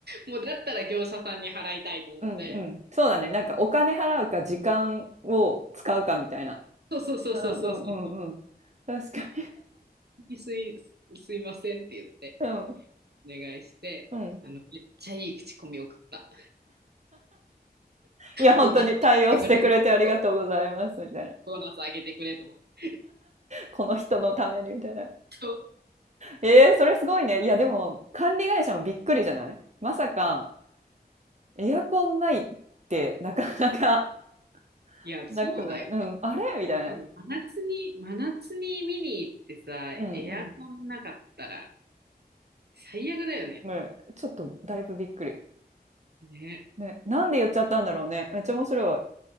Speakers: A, on the right; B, on the right.
A: う <laughs> もうだったら業者さんに払いたいと思って、
B: うんうん。そうだね。なんかお金払うか時間を使うかみたいな。
A: そうそうそうそうそうそ
B: うんうんうんうん。
A: う、
B: 確かに。
A: すい、すいませんって言って、
B: うん。
A: お願いして、
B: うん。
A: あの、めっちゃいい口コミ送った。
B: いや、本当に対応してくれてありがとうございます、
A: ボーナス上げてくれ、そう
B: みたいな。
A: ボーナス上げてくれと思って。
B: この人のために、みたいな。
A: <laughs> そう
B: えー、それすごいね。いや、でも、管理会社もびっくりじゃないまさか、エアコンないってなかなか
A: いや、
B: <laughs>
A: そうだよね。
B: なくないうん。あれみたいな。
A: でも真夏に、真夏に見に行ってさ、
B: うんうん。
A: エアコンなかったら最悪だよね。
B: ね、ちょっとだいぶびっくり。
A: ね。
B: ね。なんで言っちゃったんだろうね。めっちゃ面白い。